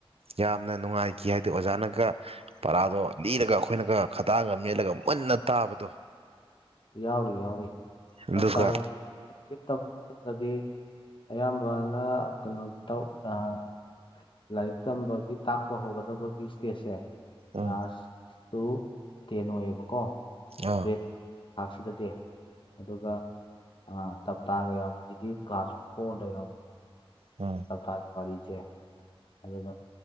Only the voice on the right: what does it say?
ꯌꯥꯝꯅ ꯅꯨꯡꯉꯥꯏꯈꯤ ꯍꯥꯏꯗꯤ ꯑꯣꯖꯥꯅꯒ ꯄꯔꯥꯗꯣ ꯂꯤꯔꯒ ꯑꯈꯣꯏꯅꯒ ꯈꯗꯥꯡꯒ ꯃꯦꯠꯂꯒ ꯃꯨꯟꯅ ꯇꯥꯕꯗꯣ
ꯑꯗꯨꯒ
ꯎꯝ
ꯑꯧ
ꯑꯝ